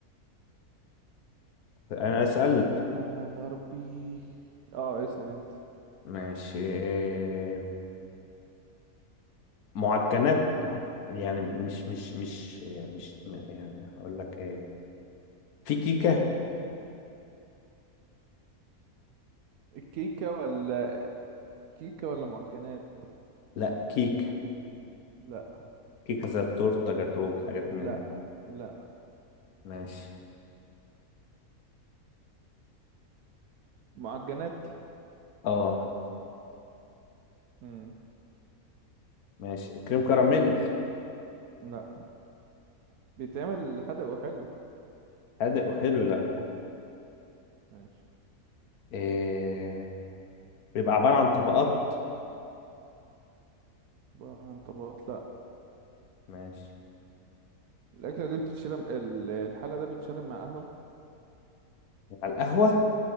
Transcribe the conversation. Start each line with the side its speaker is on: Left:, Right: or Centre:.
Left: أنا سألت
Right: على غربي اه اسأل أنت
Left: ماشي آه، معجنات ما هو يعني مش مش مش آه، مش م- يعني أقول لك إيه في كيكة
Right: الكيكة ولا كيكة ولا معجنات
Left: لا كيكة
Right: لا
Left: كيكه تورته جاتوك حاجات
Right: لا
Left: من دي
Right: لا
Left: ماشي
Right: معجنات
Left: اه
Right: مم.
Left: ماشي كريم كراميل
Right: لا بيتعمل حدق وحلو
Left: حادق وحلو لا
Right: ماشي
Left: إيه. بيبقى عبارة عن طبقات
Right: عبارة عن طبقات لا
Left: ماشي
Right: الأكلة دي بتتشرب ال- الحالة ده بيتشرب مع قهوة
Left: مع القهوة